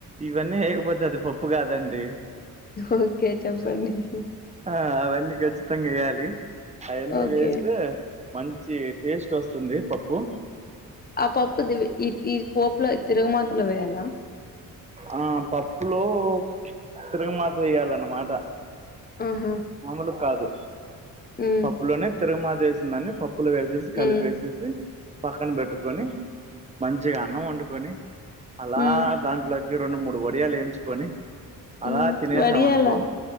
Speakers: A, on the right; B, on the left.
A: ఇవన్నీ ఏయ్యాకపోతే అది పప్పు కాదండి
B: ఓకే చెప్పండి హి హి
A: ఆ అవన్నీ ఖచ్చితంగా యేయ్యాలి అయన్నీ
B: ఓకే.
A: వేస్తే మంచి టేస్ట్ వస్తుంది పప్పు
B: ఆ పప్పు ది ఈ ఈ పోపులో తిరగుమాతలో వేయాలా
A: ఆ పప్పులో తిరగమాత వేయాలన్నమాట
B: ఆహా
A: మామలు కాదు
B: హ్మ్.
A: పప్పులోనే తిరుగుమాత వేసిన్దాన్ని పప్పులు వేసేసి
B: హ్మ్
A: కలిపేసేసి పక్కన పెట్టుకొని మంచిగా అన్నం వండుకొని అలా
B: హ్మ్
A: దాంట్లోకి రెండు మూడు వడియాలేయించుకొని అలా
B: హ్మ్
A: తినేసామనకో
B: వడియాలా